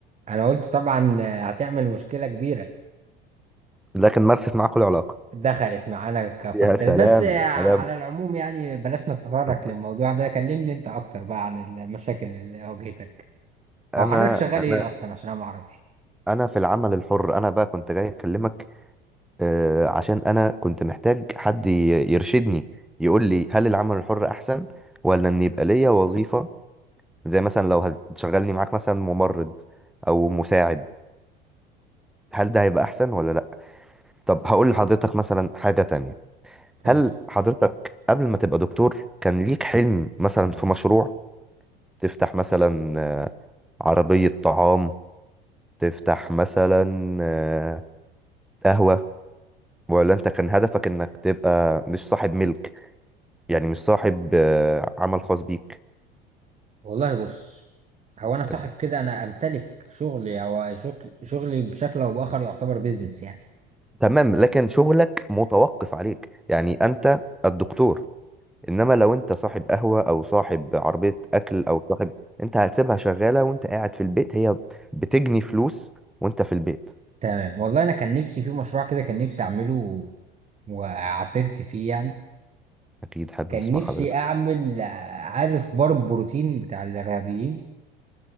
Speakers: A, on the right; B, in the centre.
A: أنا قلت طبعا آه، هتعمل مشكلة كبيرة
B: لكن مارست معاك كل علاقة
A: دخلت معانا كفرد
B: يا
A: تالت
B: سلام
A: بس آه، على
B: سلام
A: العموم يعني بلاش نتطرق
B: طب
A: للموضوع ده كلمني أنت أكتر بقى عن المشاكل اللي واجهتك
B: انا
A: أو حضرتك شغال
B: انا
A: إيه أصلا عشان أنا معرفش
B: انا في العمل الحر انا بقى كنت جاي اكلمك آه، عشان انا كنت محتاج حد ي- يرشدني يقول لي هل العمل الحر احسن ولا ان يبقى ليا وظيفة زي مثلا لو هتشغلني معاك مثلا ممرض او مساعد هل ده هيبقى احسن ولا لا طب هقول لحضرتك مثلا حاجة تانية
A: اتفضل
B: هل حضرتك قبل ما تبقى دكتور كان ليك حلم مثلا في مشروع تفتح مثلا آه، عربية طعام تفتح مثلا آه، قهوة ولا انت كان هدفك انك تبقى مش صاحب ملك يعني مش صاحب آه، عمل خاص بيك
A: والله بص هو انا صاحب
B: تمام
A: كده انا امتلك شغلي او شغل شغلي بشكل او باخر يعتبر بيزنس يعني
B: تمام لكن شغلك متوقف عليك يعني انت الدكتور انما لو انت صاحب قهوة او صاحب عربية اكل او صاحب انت هتسيبها شغالة وانت قاعد في البيت هي بتجني فلوس وانت في البيت
A: تمام والله انا كان نفسي في مشروع كده كان نفسي اعمله وعافرت فيه يعني
B: اكيد حابب
A: كان
B: اسمع
A: نفسي
B: حضرتك
A: اعمل آه، عارف بار البروتين بتاع الرياضيين